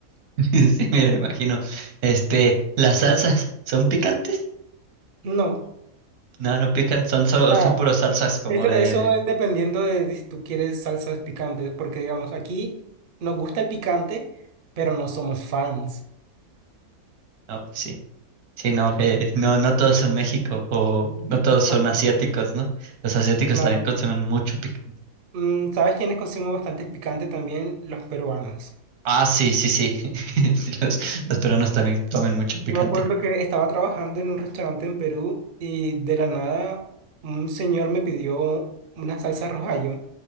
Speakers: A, on the right; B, on the right.
A: <laughs> Sí, me la imagino. Este, las salsas, ¿son picantes?
B: No,
A: No, no pican, son, so-
B: ah,
A: son puras salsas como
B: eso,
A: de.
B: eso es dependiendo de, de si tú quieres salsas picantes, porque digamos, aquí nos gusta el picante, pero no somos fans.
A: No, pues sí. Sí, no, que no, no todos son México o no todos son
B: Oh,
A: asiáticos, ¿no? Los asiáticos
B: claro.
A: también consumen mucho picante.
B: Mm, ¿sabes quiénes consumen bastante picante también? Los peruanos.
A: Ah, sí, sí, sí. <laughs> Sí, los, los peruanos también comen mucho picante.
B: Yo me acuerdo que estaba trabajando en un restaurante en Perú y de la nada un señor me pidió una salsa rojayo